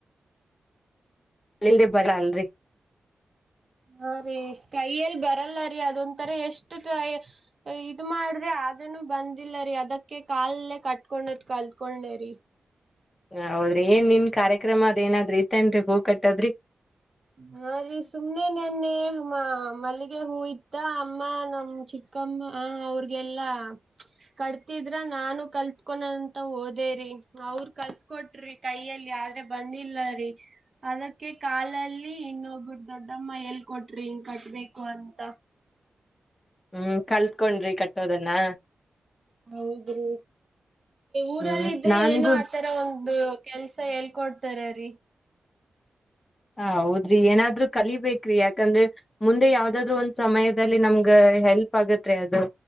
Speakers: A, on the left; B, on the right.
A: ಅಲ್ಲಿಲ್ದೇ ಬರ ಅಲ್ರರಿ.
B: ಹಾ ರೀ ಕೈಯಲ್ಲಿ ಬರಲ್ಲ ರೀ ಅದೊಂತರ ಎಷ್ಟು ಕ ಇದ ಮಾಡ್ರೆ ಅದನೂ ಬಂದಿಲ್ಲ ರರಿ ಅದಕ್ಕೆ ಕಾಲಲ್ಲೇ ಕಟ್ಕೊಂಡದ್ ಕಲ್ತ್ಕೊಂಡನೇ ರರಿ
A: ಹೌದ್ರಿ ಏನ್ ನಿನ್ ಕಾರ್ಯಕ್ರಮ ಅದನಾದ್ರರು ಇತೇಏನ್ರರಿ ಹೂ ಕಟ್ಟದ್ರಿ.
B: ಹಾ ರ ಸು ಒಮ್ಮೆ ನೆನ್ನೆ ಮಲ್ಲಿಗೆ ಹೂ ಇತ್ತ ಅಮ್ಮ ನಮ್ಮ್ ಚಿಕ್ಕಮ್ಮ ಹಾ ಅವ್ರಗೆಲ್ಲಾ ಕಟ್ತಿದ್ರ ನಾನು ಕಲ್ತ್ಕೊ ಅಂತ ಹಓದೇರಿ ಅವ್ರ ಕಲ್ತ್ ಕೊಟ್ರಿ ಕೈಯಲ್ಲಿ ಆದ್ರೆ ಬಂದಿಲ್ಲ ರರಿ ಅದಕ್ಕೆ ಕಾಲಲ್ಲಿ. ಇನ್ನೊಬ್ಬರು ದೊಡ್ಡಮ್ಮ ಎಲ್ ಕೊಟ್ರಿ ಹಿಂಗ ಕಟ್ಬೇಕು ಅಂತ.
A: ಹ್ಮ್- ಕಲ್ತ್ಕೊಂಡ್ರಿ ಕಟ್ಟೋದನ್ನ.
B: ಹೌದ್ರಿ ಊರಲ್ಲಿ
A: ಹ್ಮ್
B: ಇದ್ರೆ
A: ನನ್ಗೂ
B: ಏನು ಆತರ, <inaudible> ಒಂದು ಕೆಲ್ಸ ಎಲ್ ಕೊಡ್ತಾರ ರೀ
A: ಹ- ಹೌದ್ರಿ ಏನಾದ್ರು ಕಲಿಬೇಕ್ರಿ ಯಾಕಂದ್ರೆ, ಮುಂದೆ ಯಾವ್ದಾದ್ರು ಒಂದ್ ಸಮಯದಲ್ಲಿ ನಮ್ಗ ಹೆಲ್ಪ್ ಆಗತ್ತೇ ಅದು